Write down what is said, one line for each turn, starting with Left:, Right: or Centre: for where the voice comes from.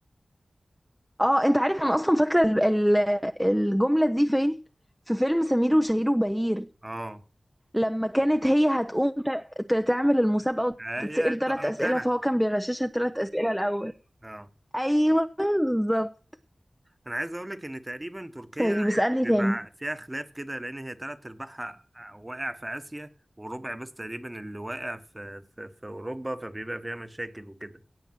Centre: اه انت عارف انا اصلا فاكره ال- ال- الجمله دي فين في فيلم سمير وشهير وبهير
Right: اه
Centre: لما كانت هي هتقوم ت- ت- تعمل المسابقه
Right: هي
Centre: وتتسأل ثلاث
Right: أنقرة
Centre: اسئله فهو كان بيغششها الثلاث اسئله الاول
Right: اه
Centre: ايوه بالظبط
Right: انا عايز اقول لك ان تقريبا تركيا
Centre: طيب
Right: يعني
Centre: اسألني
Right: بيبقى
Centre: تاني
Right: فيها خلاف كده لان هي تلات ارباعها واقع في اسيا وربع بس تقريبا اللي واقع في في, في اوروبا فبيبقى فيها مشاكل وكده